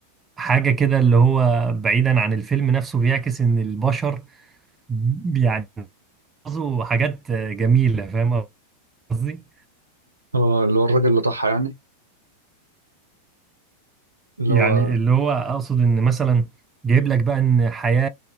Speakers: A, on the right; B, on the right.
A: حاجه كده اللي هو بعيدا عن الفيلم نفسه بيعكس ان البشر يعني بيعملوا حاجات آه، جميله فاهم قصدي
B: اه اللي هو الراجل اللي ضحى يعني اللي
A: يعني
B: هو
A: اللي هو اقصد ان مثلا جايب لك بقى ان حياة